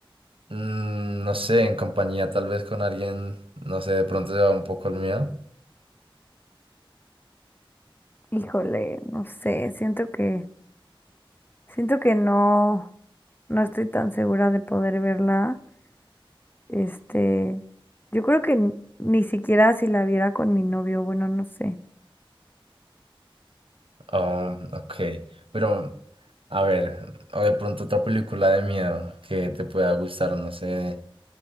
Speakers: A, on the right (about 70°); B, on the left (about 20°).
A: mm, no sé, en compañía tal vez con alguien, no sé, de pronto se va un poco el miedo.
B: Híjole, no sé, siento que, siento que no, no estoy tan segura de poder verla. Este, yo creo que n- ni siquiera si la viera con mi novio, bueno, no sé.
A: oh ok, pero a ver, o de pronto otra película de miedo que te pueda gustar, no sé,